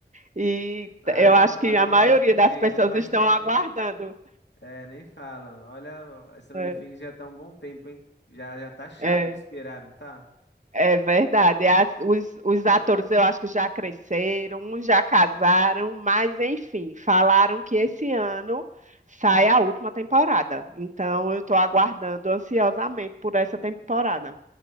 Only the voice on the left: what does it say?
Ah,
nem
fala,
eu
gosto também,
já faz
tempo,
hein? É, nem fala. Olha, a Stranger
Things já tá um bom tempo, hein? Já, já tá chato
de esperar, não tá?